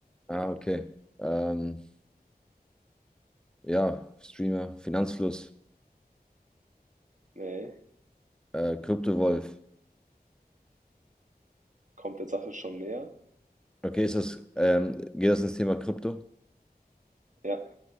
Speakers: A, in the centre; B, on the right.
A: Ah, okay. Ähm, ja, Streamer, Finanzfluss,
B: Ne?
A: äh, Kryptowolf.
B: Kommt der Sache schon näher?
A: Okay, ist das, ähm, geht das ins Thema Krypto?
B: Ja.